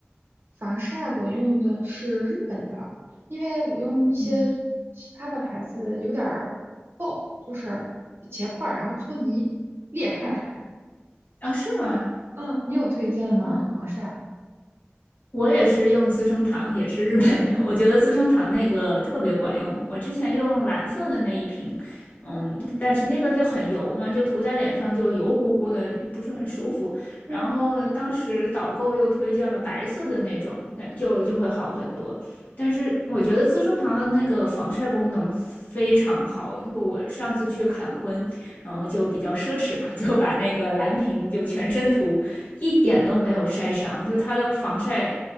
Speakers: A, on the right (about 65°); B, on the left (about 45°).
A: 防晒我用的是日本的，因为我用一些其他的牌子有点儿
B: 嗯，
A: 就是结块儿，然后搓泥裂开。
B: 啊，是吗？
A: <laughs> 嗯，你有推荐吗？
B: 嗯。
A: 防晒？
B: 我也是用资生堂，也是日本的。我觉得资生堂那个特别管用。我之前用蓝色的那一瓶，嗯，
A: 嗯，
B: 但是那个就很油嘛，就涂在脸上就油乎乎的，不是很舒服。
A: 对，
B: 然后当时导购又推荐了白色的那种，那就就会好很多。但是我觉得资生堂的那个防晒功能非常好，就我上次去坎昆，然后就比较奢侈嘛，就把那个蓝瓶就全身涂，一点都没有晒伤，就它的防晒